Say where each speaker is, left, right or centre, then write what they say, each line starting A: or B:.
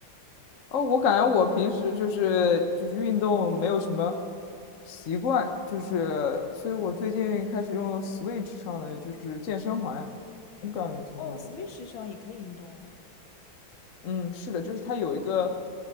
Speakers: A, on the left; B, on the left.
A: 哦，我感觉我平时就是就是运动没有什么习惯，就是所以我最近开始用 Switch 上的就是健身环，不知道你有没有听说过？
B: 哦，Switch 上也可以运动啊。
A: 嗯，是的，就是它有一个